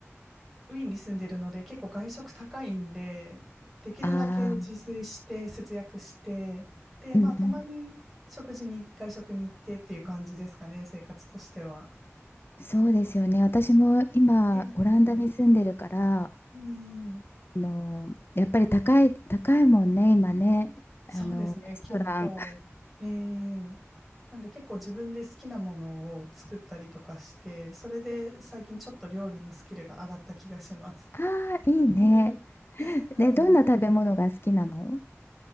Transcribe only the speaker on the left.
ああ、
うんうん。
そうですよね。私も今、
オランダに住んでるから、
あ
の、やっぱり高い、高いもんね、今ね。
あの、レストラン。
<laughs> ああ、いいね。
<laughs>
で、どんな食べ物が好きなの